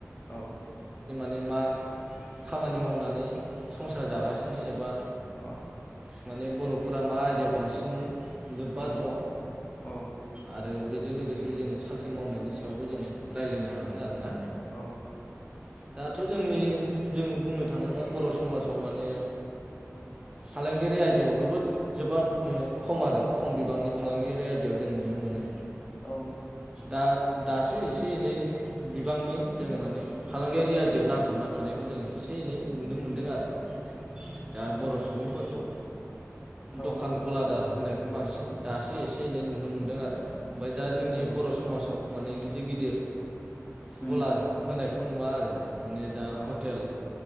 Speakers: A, on the left; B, on the right.
A: अ
B: ने मा खामानि मावनानै संसा जागासिनो
A: औ
B: एबा
A: औ
B: माने बर'फोरा मा आयदायाव बांसिन लोब्बा
A: औ
B: दङ
A: औ
B: आरो बेजों लोगोसे जोङो सा फ्रिम मावनायनिसो दाउबो जोङो रायज्लायनो हागोन आरो ना
A: औ
B: दाथ' जोंनि जों बुंनो थाङोबा बर' समाज फ्रावमाने फालांगिरि आयदायाव गोबोद जोबाद खम आरो खम बिबांनि फालांगियारि आयदायाव जों नुनो मोनो
A: औ
B: दा दासो एसे एनै बिबांनि जों माने फालांगियारि आयदायाव नांथाबना थानायखौ जोङो एसे एनै नुनो मोनदों आरो दा बर' सुबुंफोर औ
A: औ
B: दखान गलादार होनाय खौ बांसिन दासो एसे एनै नुनो मोनदों आरो ओमफाय दा जोंनि
A: औ
B: बर' समाजाव माने गिदिर गिदिर
A: उम
B: गला होनायखौ नुवा आरो दे माने दा
A: औ
B: हटेल